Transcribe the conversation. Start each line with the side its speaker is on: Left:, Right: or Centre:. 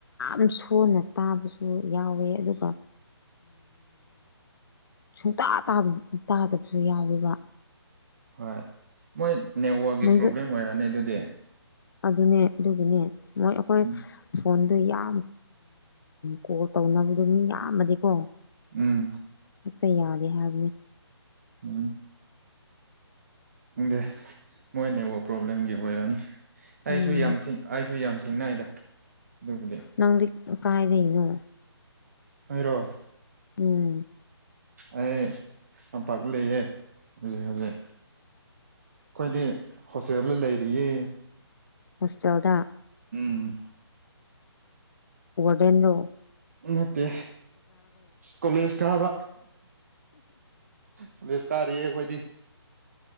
Left: ꯌꯥꯝ ꯁꯣꯟꯅ ꯇꯥꯕꯁꯨ ꯌꯥꯎꯋꯦ ꯑꯗꯨꯒ ꯁꯨꯡꯇꯥꯥꯕ ꯇꯥꯗꯕꯁꯨ ꯌꯥꯎꯋꯦꯕ
Right: ꯍꯣꯏ ꯃꯣꯏ ꯅꯦꯠꯋꯥꯛꯀꯤ
Left: ꯅꯪꯁꯨ
Right: ꯄ꯭ꯔꯣꯕ꯭ꯂꯦꯝ ꯑꯣꯏꯔꯛꯑꯅꯤ ꯑꯗꯨꯗꯤ
Left: ꯑꯗꯨꯅꯦ ꯑꯗꯨꯒꯤꯅꯦ ꯃꯣꯏ ꯑꯩꯈꯣꯏ
Right: ꯎꯝ
Left: ꯐꯣꯟ ꯑꯗꯨ ꯌꯥꯝ ꯀꯣꯜ ꯇꯧꯅꯕꯗꯣ ꯃꯤ ꯌꯥꯝꯕꯗꯤꯀꯣ
Right: ꯎꯝ꯫
Left: ꯍꯦꯛꯇ ꯌꯥꯗꯦ ꯍꯥꯏꯕꯅꯦ꯫
Right: ꯎꯝ꯫ ꯈꯪꯗꯦ ꯃꯣꯏ ꯅꯦꯠꯋꯥꯛ ꯄ꯭ꯔꯣꯕ꯭ꯂꯦꯝꯒꯤ ꯑꯣꯏꯔꯝꯅꯤ꯫ ꯑꯩꯁꯨ
Left: ꯎꯝ
Right: ꯌꯥꯝ ꯊꯦꯡ ꯑꯩꯁꯨ ꯌꯥꯝ ꯊꯦꯡꯅꯩꯗ꯫ ꯑꯗꯨꯕꯨꯗꯤ
Left: ꯅꯪꯗꯤ ꯀꯥꯏꯗꯩꯅꯣ꯫
Right: ꯑꯩꯔꯣ꯫
Left: ꯎꯝ
Right: ꯑꯩ ꯇꯝꯄꯥꯛꯇ ꯂꯩꯌꯦ ꯍꯧꯖꯤꯛ-ꯍꯧꯖꯤꯛ꯫ ꯑꯈꯣꯏꯗꯤ ꯍꯣꯁꯇꯦꯜꯗ ꯂꯩꯔꯤꯌꯦ꯫
Left: ꯍꯣꯁꯇꯦꯜꯗꯥ꯫
Right: ꯎꯝ
Left: ꯔꯦꯟꯔꫭ꯫
Right: ꯅꯠꯇꯦ ꯀꯣꯂꯦꯖ ꯀꯥꯕ꯫ ꯀꫭꯂꯦꯁ ꯀꯥꯔꯤꯌꯦ ꯑꯈꫭꯗꯤ꯫